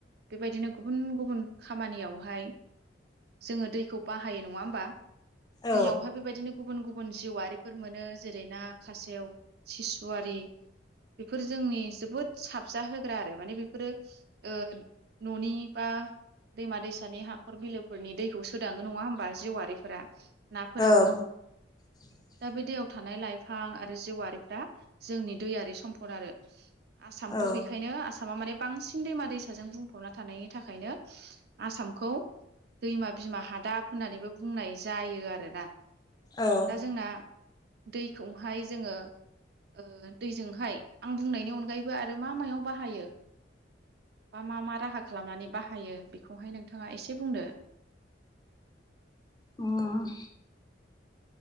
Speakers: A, on the right (about 55°); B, on the left (about 20°).
A: बेबायदिनो गुबुन गुबुन खामानियावहाय जोङो दैखौ बाहायो नङा होमबा
B: औ
A: दैयावहाय बेबायदिनो गुबुन गुबुन जिउआरिफोर मोनो जेरै ना खासेव सिसुवारि बेफोर जोंनि जोबोद साबजा होग्रा आरो माने बे फोरो ओ न'नि बा दैमा दैसानि हाखर बिलो फोरनि दैखौ सोदाङो नङा होमबा जिउआरिफोरा नाफोराबो
B: औ <inaudible>
A: दा बे दैयाव थानाय लाइफां आरो जेवआरिफ्रा जोंनि दैआरि सम्पद आरो दा आसामखौ
B: औ
A: बेखायनो आसामा माने बांसिन दैमा दैसाजों बुंफबना थानायनि थाखायनो आसामखौ दैमा बिमा हादाब होननानैबो बुंनाय जायो आरोना
B: औ
A: दा जोंना दैखौहाय जोङो ओ दैजोंहाय आं बुंनायनि अनगायैबो आरो मा मायाव बाहायो। मा मा राहा खालामनानै बाहायो बेखौहाय नोंथाङा एसे बुंदो
B: उम